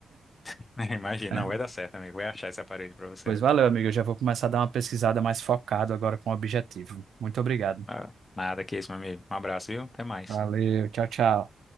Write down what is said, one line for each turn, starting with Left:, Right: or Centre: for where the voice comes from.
Left: <laughs> Imagina,
Right: É.
Left: não vai dar certo, amigo. Vai achar esse aparelho pra você.
Right: Pois valeu, amigo. Eu já vou começar a dar uma pesquisada mais focada agora com o objetivo. Muito obrigado.
Left: Ah, Nada que isso, meu amigo. Um abraço, viu? Até mais.
Right: Valeu, tchau, tchau.